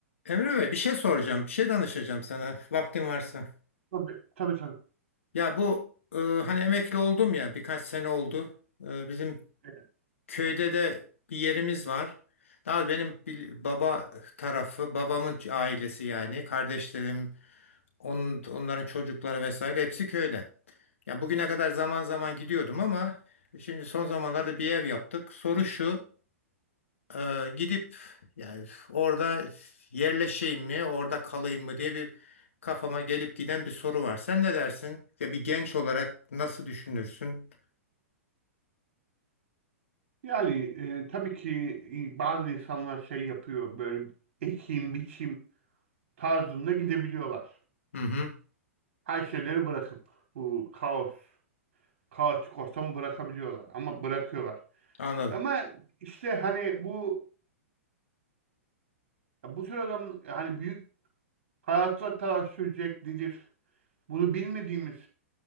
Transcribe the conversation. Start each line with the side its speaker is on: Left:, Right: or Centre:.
Left: Emre Bey bir şey soracağım, bir şey danışacağım sana vaktin varsa.
Right: Tabii, tabii tabii.
Left: Ya bu e, hani emekli oldum ya birkaç sene oldu. E, bizim
Right: Evet.
Left: köyde de bir yerimiz var. Daha benim bir baba tarafı, babamın ailesi yani kardeşlerim, onun, onların çocukları vesaire hepsi köyde. Yani bugüne kadar zaman zaman gidiyordum ama şimdi son zamanlarda bir ev yaptık. Soru şu. Ee, gidip yani orada yerleşeyim mi, orada kalayım mı diye bir kafama gelip giden bir soru var. Sen ne dersin? Ya bir genç olarak nasıl düşünürsün?
Right: Yani e, tabii ki e, bazı insanlar şey yapıyor böyle ekim biçim tarzında gidebiliyorlar.
Left: Hı hı,
Right: Her şeyleri bırakıp bu kaos, kaotik ortamı bırakabiliyorlar ama bırakıyorlar.
Left: anladım.
Right: Ama işte hani bu bu tür adam hani büyük hayatlar kadar sürecek nedir? Bunu bilmediğimiz